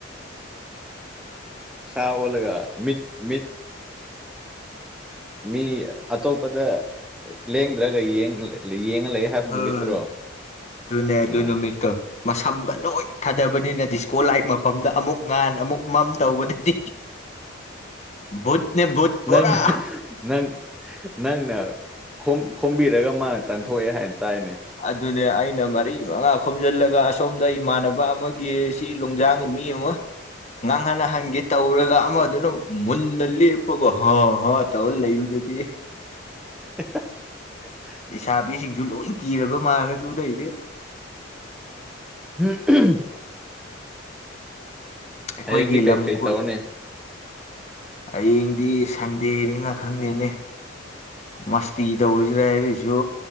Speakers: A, in the centre; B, on the left.
A: ꯁꯥ ꯑꯣꯜꯂꯒ ꯃꯤꯠ ꯃꯤꯠ ꯃꯤ ꯑꯇꯣꯞꯄꯗ ꯂꯦꯡꯗ꯭ꯔꯒ ꯌꯦꯡꯉ ꯂꯩ ꯍꯥꯏꯕ
B: ꯍꯣꯏ
A: ꯅꯨꯃꯤꯠꯇ꯭ꯔꯣ
B: ꯑꯗꯨꯅꯦ ꯑꯗꯨ
A: ꯑꯥ
B: ꯅꯨꯃꯤꯠꯇꯣ ꯃꯁꯝꯒ ꯂꯣꯏ ꯊꯥꯗꯕꯅꯤꯅ ꯗꯤꯁꯀꯣ ꯂꯥꯏꯛ ꯃꯐꯝꯗ ꯑꯃꯨꯛ ꯉꯥꯟꯅ ꯑꯃꯨꯛ ꯃꯝ ꯇꯧꯕꯗꯗꯤ ꯕꯨꯠꯅꯦ ꯕꯨꯠ ꯄꯨꯔꯥ
A: ꯅꯪ ꯅꯪ ꯅꯪꯅ ꯈꯣꯝꯕꯤꯔꯒ ꯃꯥꯅ ꯇꯥꯟꯊꯣꯛꯑꯦ ꯍꯥꯏꯅ ꯇꯥꯏꯅꯦ
B: ꯑꯗꯨꯅꯦ ꯑꯩꯅ ꯃꯔꯤ ꯃꯉꯥ ꯈꯣꯝꯖꯤꯜꯂꯒ ꯑꯁꯣꯝꯗ ꯏꯃꯥꯟꯅꯕ ꯑꯃꯒꯤ ꯁꯤ ꯂꯣꯡꯖꯥꯡꯒꯤ ꯃꯤ ꯑꯃ ꯉꯥꯡꯍꯥꯟꯟꯅ ꯍꯪꯒꯦ ꯇꯧꯔꯒ ꯑꯃꯗꯨꯅ ꯃꯨꯟꯅ ꯂꯦꯞꯄꯀꯣ ꯍꯥ ꯍꯥ ꯇꯧꯔ ꯂꯩꯕꯗꯨꯗꯤ
A: <unintelligible>
B: ꯂꯩꯁꯥꯕꯤꯁꯤꯡꯁꯨ ꯂꯣꯏ ꯀꯤꯔꯕ ꯃꯥꯜꯂꯦ ꯑꯗꯨꯗꯩꯗꯤ
A: ꯎꯝ <unintelligible>
B: ꯑꯩꯈꯣꯏꯒꯤ
A: ꯍꯌꯦꯡꯗꯤ
B: ꯂꯝꯈꯨꯜ
A: ꯀꯩ ꯀꯩ ꯇꯧꯔꯅꯤ
B: ꯍꯌꯦꯡꯗꯤ ꯁꯟꯗꯦꯅꯤꯅ ꯈꯪꯗꯦꯅꯦ ꯃꯁꯇꯤ ꯇꯧꯔꯤꯁꯤꯔ ꯍꯥꯏꯔꯁꯨ